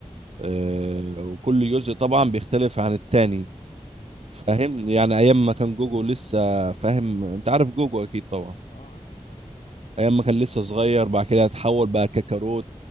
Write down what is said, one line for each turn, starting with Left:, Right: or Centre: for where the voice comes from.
Left: اه
Right: آه
Left: لا
Right: وكل جزء طبعا بيختلف عن التاني
Left: مم.
Right: فاهم يعني ايام ما كان جوجو لسه فاهم انت عارف جوجو اكيد طبعا
Left: اه عارفه طبعا
Right: ايام ما كان لسه صغير بعد كده اتحول بقى كاكاروت